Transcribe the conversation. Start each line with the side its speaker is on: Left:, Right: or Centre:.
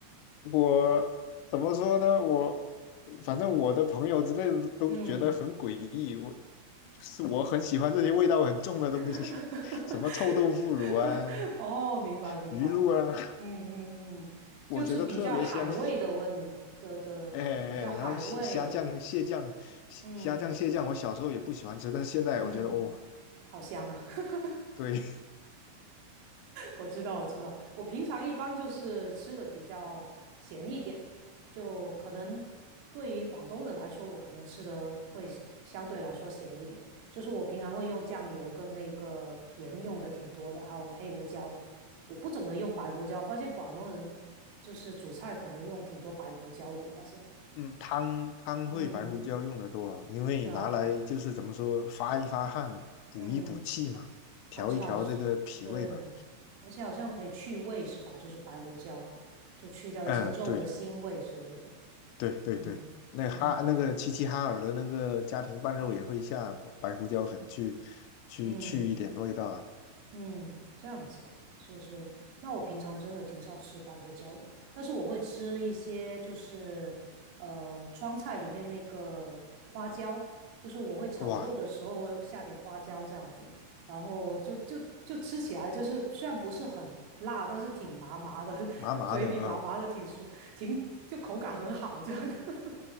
Left: 我怎么说呢？我反正我的朋友之类的都觉得很诡异，
Right: 嗯，
Left: 我是我很喜欢这些味道很重的东西，
Right: <laughs>
Left: <laughs> 什么臭豆腐乳啊、
Right: 哦，明白明白，
Left: 鱼露啊。
Right: 嗯嗯嗯，
Left: 我觉得特别香，
Right: 就是比较海味的问的的，
Left: 哎哎，
Right: 比较海味，
Left: 哎然后蟹虾酱、蟹酱、虾虾酱、
Right: 嗯
Left: 蟹酱，我小时候也不喜欢吃，但是现在我觉得哦，
Right: 嗯，好香啊，<laughs>
Left: 对，<laughs>
Right: 我知道，我知道，我平常一般就是吃的比较咸一点，就可能对于广东人来说，我可能吃的会相对来说咸一点。就是我平常会用酱油跟那个盐用的挺多的，还有黑胡椒，我不怎么用白胡椒。发现广东人就是煮菜可能用挺多白胡椒的，发现。
Left: 嗯，汤汤会白胡椒用的多啊，
Right: 嗯，
Left: 因为拿来就是怎么说发一发汗，
Right: 是啊，
Left: 补一补气嘛，
Right: 嗯。
Left: 调一调这个脾胃嘛，
Right: 而且好对，而且好像可以去味是吧？就是白胡椒，就去掉一些肉的腥味之类的。
Left: 嗯，对对对对，
Right: 嗯嗯，
Left: 那哈那个齐齐哈尔的那个家庭拌肉也会下白胡椒粉去去去一点味道啊，
Right: 嗯。嗯，这样子就是，那我平常真的挺少吃白胡椒的，但是我会吃一些，就是呃，川菜里面那个花椒，就是我会炒肉的时候我会下点花椒这样子，
Left: 哇，
Right: 然后就就就吃起来就是虽然不是很辣，但是挺麻麻的，<laughs>
Left: 麻麻的啊，
Right: 就嘴里麻麻的，挺舒，挺就口感很好这样。<laughs>